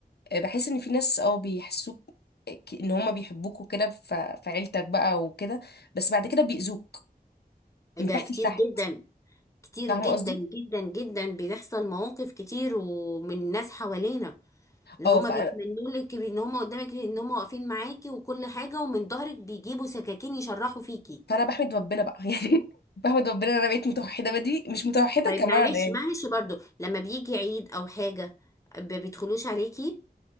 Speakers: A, on the left; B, on the left.
A: آه، بحس ان في ناس اه بيحسوك ك- ان هم بيحبوك وكده ف- في عيلتك بقى وكده بس بعد كده بيأذوك
B: ده
A: من تحت
B: كتير
A: لتحت
B: جدا كتير
A: فاهمه
B: جدا
A: قصدي
B: جدا جدا بيحصل مواقف كتير ومن ناس حوالينا اللي
A: اه
B: هما
A: ف
B: بيتمنوا لك ان هما قدامك ان هما واقفين معاكي وكل حاجة ومن ظهرك بيجيبوا سكاكين يشرحوا فيكي
A: فانا بحمد ربنا بقى <laughs> يعني بحمد ربنا ان انا بقيت متوحده بدري مش متوحده
B: طيب
A: كمان
B: معلش
A: يعني
B: معلش برضو لما بيجي عيد او حاجة ب- بيدخلوش عليكي